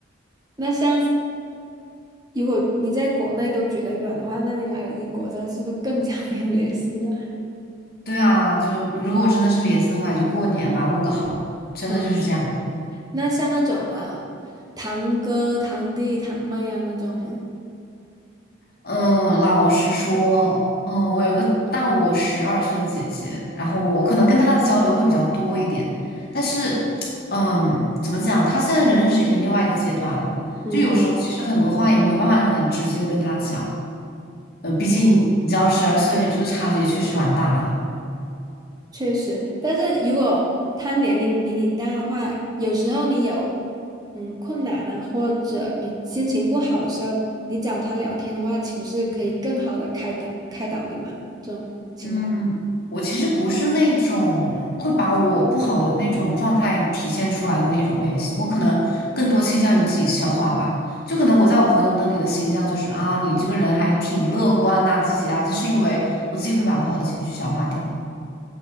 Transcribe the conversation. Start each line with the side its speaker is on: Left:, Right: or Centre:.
Right: 那像是如果你在国内都觉得远的话，那你来了英国之后，是不是更加没有联系了？
Left: <laughs> 对啊，就如果我真的是联系的话，也就过年吧，问个好，真的就是这样。
Right: 嗯，那像那种啊，堂哥、堂弟、堂妹啊那种呢
Left: 嗯，老实说，嗯，我有个大我十二岁的姐姐，然后我可能跟她的交流会比较多一点，但是，嗯，怎么讲，她现在人生是已经另外一个阶段了，
Right: 嗯。
Left: 就有时候其实很多话也没有办法很直接的跟她讲，呃，毕竟你知道十二岁这个差距也确实蛮大的。
Right: 确实，但是如果他年龄比你大的话，有时候你有嗯困难啊，或者比心情不好的时候，你找他聊天的话，岂不是可以更好的开导开导你吗？这种情况
Left: 嗯，我其实不是那种会把我不好的那种状态体现出来的那种类型，我可能更多倾向于自己消化吧。就可能我在我朋友那里的形象就是啊，你这个人还挺乐观呐、积极啊，就是因为我自己会把不好的情绪消化掉。